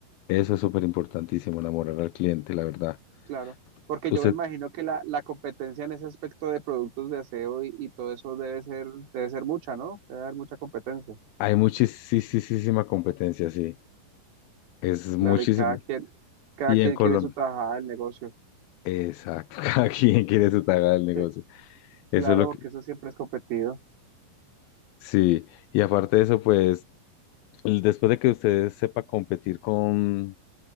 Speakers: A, on the left; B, on the right.
A: Eso es súper importantísimo, enamorar al cliente, la verdad.
B: claro. Porque
A: Usted,
B: yo me imagino que la, la competencia en ese aspecto de productos de aseo y, y todo eso debe ser, debe ser mucha, ¿no? Debe haber mucha competencia.
A: hay muchísima competencia, sí, es muchísimo.
B: Claro, y cada quien, cada
A: Y
B: quien
A: en Colombia.
B: quiere su tajada del negocio.
A: Exacto, <laughs> cada quien quiere su taga del negocio.
B: Sí,
A: Eso
B: claro,
A: es lo
B: porque
A: que,
B: eso siempre es competido.
A: sí, y aparte de eso, pues, l- después de que usted sepa competir con,